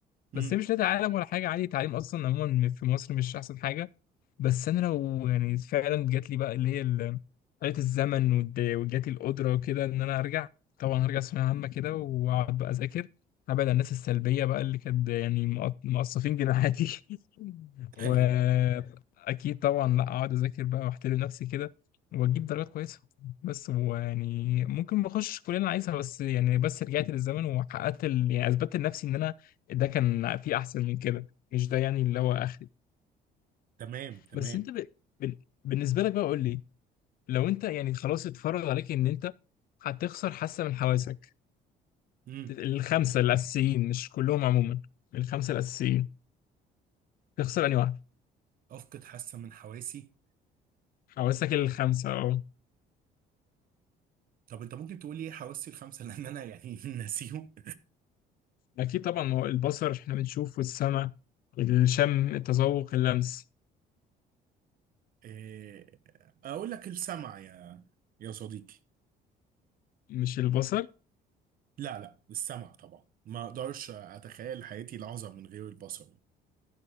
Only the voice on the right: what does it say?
امم
ايوه
تمام تمام
امم
افقد حاسه من حواسي
طب انت ممكن تقول لي ايه حواسي الخمسه <laughs> لان انا يعني <laughs> ناسيهم
آه، اقول لك السمع يا يا صديقي
لا لا السمع طبعا ما اقدرش اتخيل حياتي لحظه من غير البصر